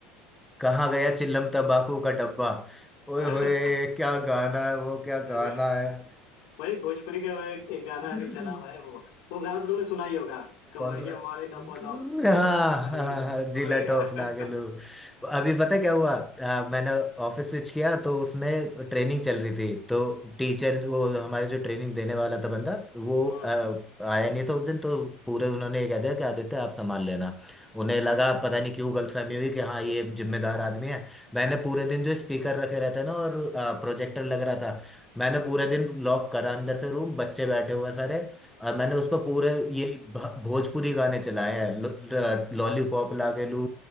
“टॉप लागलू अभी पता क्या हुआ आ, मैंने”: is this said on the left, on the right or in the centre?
Centre